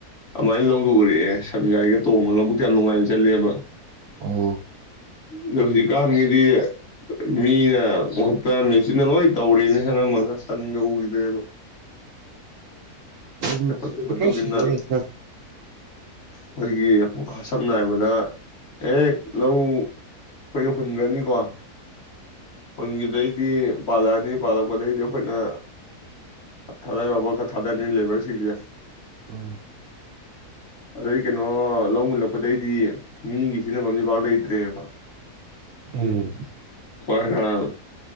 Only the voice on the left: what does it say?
ꯑꯗꯨꯃꯥꯏꯅ ꯂꯧꯗꯣ ꯎꯔꯛꯑꯦ ꯁꯟꯒꯥꯔꯤꯒ ꯇꯣꯡꯉꯥꯒ ꯂꯧꯕꯨꯛꯇꯣ ꯌꯥꯝ ꯅꯨꯡꯉꯥꯏꯅ ꯆꯠꯂꯦꯕ꯫
ꯑꯗꯣ ꯍꯧꯖꯤꯛꯀꯥꯟꯒꯤꯗꯤ ꯃꯤꯅ ꯃꯍꯨꯠꯇ ꯃꯦꯆꯤꯟꯅ ꯂꯣꯏ ꯇꯧꯔꯦꯅꯦ ꯑꯅꯝꯕꯅ ꯁꯟꯒ ꯎꯈꯤꯗ꯭ꯔꯦꯕ꯫
ꯆꯥꯎꯈꯠꯄ ꯃꯇꯨꯡꯏꯟꯅ ꯑꯩꯈꯣꯏꯒꯤ ꯑꯥ ꯁꯝꯅ ꯍꯥꯏꯕꯗ ꯍꯦꯛ ꯂꯧ ꯑꯩꯈꯣꯏꯅ ꯍꯨꯟꯒ꯭ꯔꯅꯤꯀꯣ ꯍꯨꯟꯒꯤꯕꯗꯩ ꯗꯤ ꯄꯥꯜꯂꯛꯑꯅꯤ ꯄꯥꯜꯂꯛꯄꯗꯩꯗꯤ ꯑꯩꯈꯣꯏꯅ ꯊꯗꯥꯗꯧ ꯄꯣꯠ ꯈꯔ ꯊꯥꯗꯔꯅꯤ ꯂꯦꯕꯔꯁꯤꯡꯁꯤ
ꯑꯗꯩ ꯀꯩꯅꯣ ꯂꯧ ꯃꯨꯜꯂꯛꯄꯗꯩꯗꯤ ꯃꯤꯒꯤ ꯁꯤꯖꯟꯅꯐꯝꯁꯦ ꯄꯥꯛ ꯂꯩꯇ꯭ꯔꯦꯕ
<unintelligible>